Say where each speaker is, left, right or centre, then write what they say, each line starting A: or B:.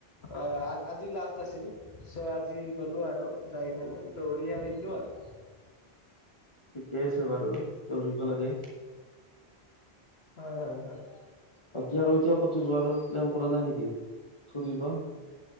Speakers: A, on the left; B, on the left.
A: অ আ আজি লাষ্ট আছিল চ' আজি গলো আৰু যাই কেনে দৌৰি আহিলো আৰু
B: ঠিকে আছে বাৰু দৌৰিব লাগে
A: হয় হয় হয়
B: বাকী আৰু এতিয়া ক'তো যোৱাৰ প্লেন কৰা নাই নেকি ঘূৰিব